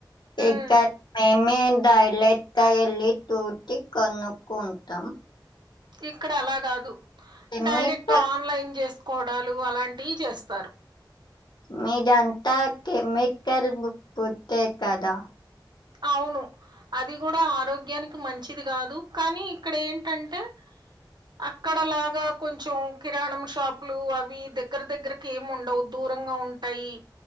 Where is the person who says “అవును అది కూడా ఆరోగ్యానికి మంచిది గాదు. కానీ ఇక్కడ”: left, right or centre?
Right